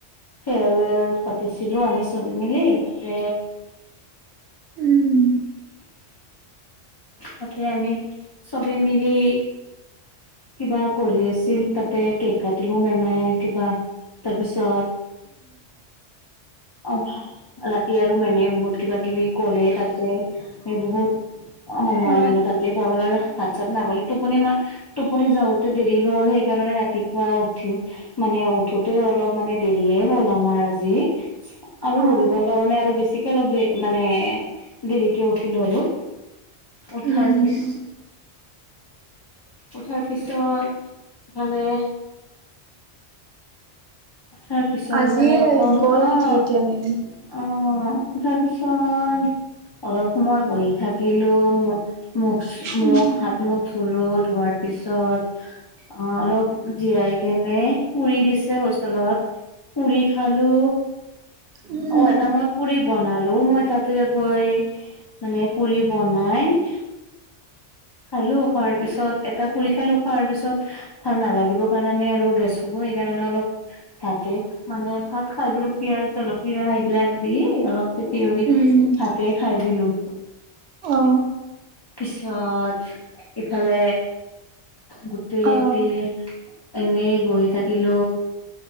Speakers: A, on the left (about 35°); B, on the right (about 70°).
A: ফেয়াৰৱেল পাতিছিলোঁ আমি চবে মিলি। তাতে
B: উম
A: তাতে আমি চবে মিলি কিবা কৰি আছিল, তাতে কেক কাটিলো মেমে কিবা, তাৰ পিছত? অ, ৰাতি আৰু মেমে বহুত কিবা কিবি কলে, তাতে বহুত সময়
B: অ
A: মানে তাতে কৰ হাত চাত নাগল টোপনি মই, টোপনি যাওঁতে দেৰি হল, সেইকাৰণে ৰাতিপুৱা উঠি মানে, উঠোতে অলপ মানে দেৰিয়ে হ'ল আমাৰ আজি আৰু
B: অ
A: ৰবিবাৰ কাৰণে আৰু বেছিকে অলপ দে, মানে দেৰিকে উঠিলো আৰু। উঠাৰ
B: উম
A: পিছ উঠাৰ পিছত ফালে তাৰ পিছত
B: আজিয়ে
A: ইফালে আকৌ, অ'-অ'
B: গ'ল নেকি এতিয়া মেম
A: অ' তাৰপিছত অলপ সময় বহি থাকিলো, মুখ মখ
B: উম
A: হাত মুখ ধুলো, ধোৱাৰ পিছত অ', অলপ জিৰাই কেনে পুৰি দিছে হোষ তলত পুৰি খালো
B: উম।
A: অ' এটা মই পুৰি বনালো, মই তাতে গৈ মানে পুৰি বনাই <inaudible> খালো, খোৱাৰ পিছত এটা পুৰি খালো, খোৱাৰ পিছত ভাল নালাগিব কাৰণে আৰু গেছ হ'ব সেইকাৰণে অলপ ভাতে মানে, ভাত খাই দিলো পিয়াজ জলকীয়া এইবিলাক দি, অলপ কেতি উৰি
B: উম
A: হাতে খাই দিলো,
B: অ
A: পিছত ইফালে গোটেই
B: অ
A: দি এনেই বহি থাকিলো